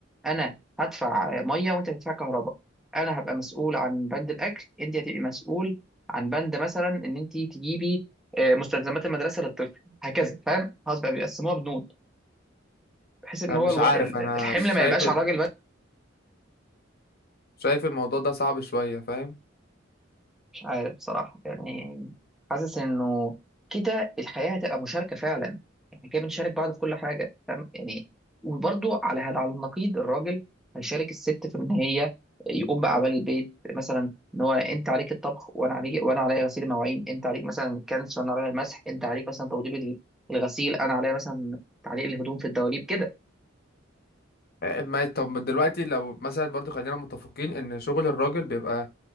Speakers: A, in the centre; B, on the left.
A: انا هدفع آه، ميه وانت هتدفع كهرباء انا هبقى مسؤول عن بند الاكل انت هتبقي مسؤول عن بند مثلا ان انت تجيبي آه، مستلزمات المدرسه للطفل هكذا فاهم خلاص بقى بيقسموها بنود بحيث ان
B: أنا
A: هو
B: مش
A: الو-
B: عارف
A: ال-
B: انا
A: الحمل
B: شايف
A: ما يبقاش
B: ال-
A: على الراجل
B: شايف الموضوع ده صعب شويه فاهم
A: مش عارف بصراحة يعني حاسس إنه كده الحياة هتبقى مشاركة فعلا إحنا كده بنشارك بعض في كل حاجة فاهم يعني وبرضو على هذا، على النقيض الراجل هيشارك الست في إن هي يقوم بأعمال البيت مثلا إن هو أنت عليك الطبخ وأنا عليك وأنا عليا غسيل المواعين أنت عليك مثلا الكنس وأنا عليا المسح أنت عليك مثلا توضيب ال- الغسيل أنا عليا مثلا تعليق الهدوم في الدواليب كده
B: آه، ما طب دلوقتي لو مثلا برضو خلينا متفقين ان شغل الراجل بيبقى